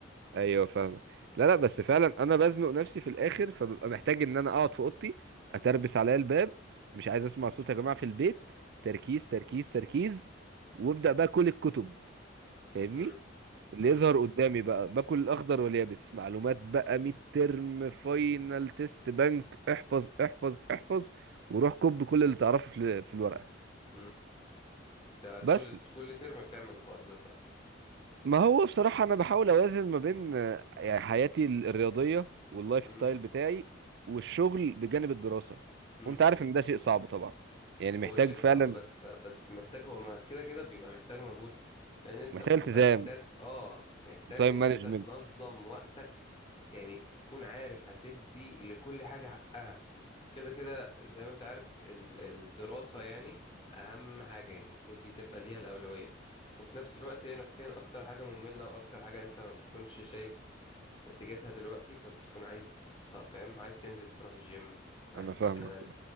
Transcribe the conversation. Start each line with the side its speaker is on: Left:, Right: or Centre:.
Right: ايوه فاهمك لا لا بس فعلا انا بزنق نفسي في الاخر فببقى محتاج ان انا اقعد في اوضتي اتربس عليا الباب مش عايز اسمع صوت يا جماعه في البيت تركيز تركيز تركيز وابدا بقى كل الكتب فاهمني
Left: امم
Right: اللي
Left: امم
Right: يظهر قدامي بقى باكل الاخضر واليابس معلومات بقى ميد ترم فاينل تيست بنك احفظ احفظ احفظ وروح كب كل اللي تعرفه في في الورقه
Left: امم ده
Right: بس
Left: طول كل ترم بتعمل الحوار ده بقى
Right: ما هو بصراحة أنا بحاول أوازن ما بين آه، يعني حياتي ال- الرياضية واللايف
Left: امم
Right: ستايل بتاعي والشغل بجانب الدراسة
Left: امم.
Right: وأنت عارف إن ده شيء صعب طبعا يعني محتاج
Left: هو شيء صعب
Right: فعلا
Left: بس بس محتاج هو ما- كده كده بيبقى محتاج مجهود لان انت
Right: محتاج
Left: بتبقى
Right: التزام
Left: محتاج اه محتاج
Right: تايم
Left: ان
Right: مانجمنت
Left: انت تنظم وقتك يعني تكون عارف هتدي لكل حاجة حقها وكده كده زي ما انت عارف ال- الدراسة يعني اهم حاجة يعني المفروض دي تبقى ليها الأولوية وفي نفس الوقت هي نفسيا اكتر حاجة مملة واكتر حاجة انت ما بتكونش شايف نتيجتها دلوقتي فبتكون عايز خ- فاهم عايز تنزل تروح الجيم عايز
Right: أنا فاهمك
Left: تشتغل